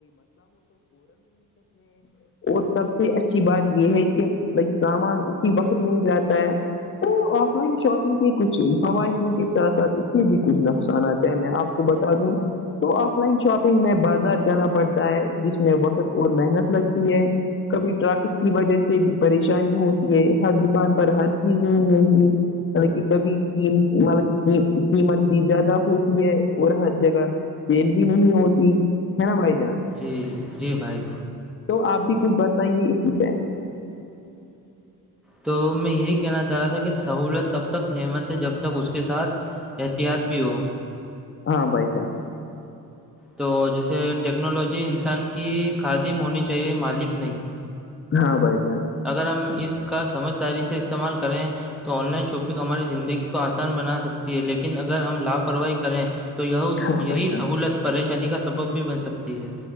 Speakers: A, on the left; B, in the centre.
A: <unintelligible> اور سب سے اچھی بات یہ ہے کہ ب سامان اسی وقت مل جاتا ہے <unintelligible> تو آف لائن شاپنگ کے کچھ فوائدوں کے ساتھ ساتھ اس کے بھی کچھ نقصانات ہیں میں آپ کو بتا دوں تو آف لائن شاپنگ میں بازار جانا پڑتا ہے جس میں وقت اور محنت لگتی ہے کبھی ٹرافک کی وجہ سے بھی پریشانی ہوتی ہے ہر دکان پر ہر چیز نہیں ملتی مطلب کہ کبھی قمت مطلب قیمت بھی زیادہ ہوتی ہے اور ہر جگہ <unintelligible> سیل بھی نہیں ہوتی ہے نا برائی جان <unintelligible>
B: جی جی بھائی
A: تو آپ بھی کچھ بتائیے اسی پہ
B: تو میں یہی کہنا چاہ رہا تھا کہ سہولت تب تک نعمت ہے جب تک اس کے ساتھ احتیاط بھی ہو
A: ہاں بائ جان
B: تو جیسے ٹیکنالوجی انسان کی خادیم ہونی چاہیے مالک نہیں
A: ہاں بائی چانس
B: اگر ہم اس کا سمجھداری سے استعمال کریں تو آن لائن شاپنگ ہماری زندگی کو آسان بنا سکتی ہے لیکن اگر ہم لاپرواہی کریں تو یہ
A: ہاں بھائی
B: یہی
A: جان
B: سہولت پریشانی کا سبب بھی بن سکتی ہے